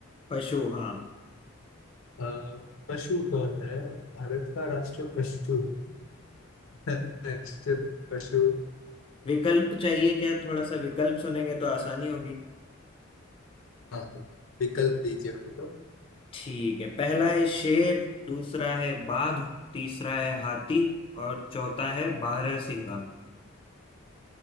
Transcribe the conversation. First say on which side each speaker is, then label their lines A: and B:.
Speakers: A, on the left (about 25°); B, on the left (about 75°).
A: पशु हाँ
B: अ, पशु कौन है भारत का राष्ट्रीय पशु <laughs> राष्ट्रीय पशु
A: विकल्प चाहिए क्या थोड़ा सा विकल्प सुनेंगे तो आसानी होगी
B: हाँ हाँ, विकल्प दीजिए मेरे को
A: ठीक है पहला है शेर दूसरा है बाघ तीसरा है हाथी और चौथा है बारहसिंगा